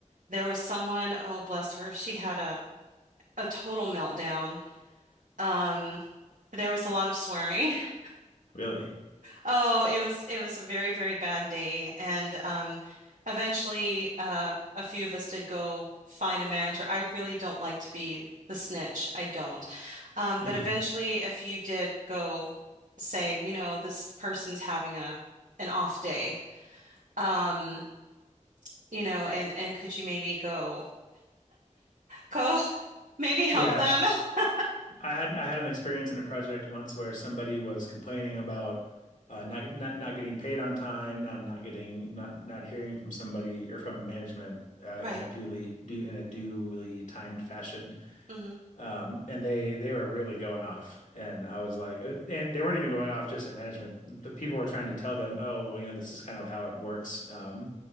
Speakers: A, on the right; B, on the left.
A: there was someone, oh, bless her, she had a a total meltdown. Um, there was a lot of swearing. <laughs>
B: Really?
A: Oh, it was it was a very, very bad day. And um, eventually uh, a few of us did go find a manager. I really don't like to be the snitch. I don't. Um, but
B: hmm
A: eventually a few did go say, you know, this person's having a an off day. Um, you know, and and could you maybe go go <laughs> maybe help
B: Yeah.
A: them? <laughs>
B: I had I had an experience in a project once where somebody was complaining about uh, not not not getting paid on time, not not getting not not hearing from somebody or from management uh,
A: Right.
B: in a duly due in a duly timed fashion.
A: hmm
B: Um, and they they were really going off, and I was like, uh, and they weren't even going off just at management. The people were trying to tell them, oh, well, you know, this is kind of how it works. Um,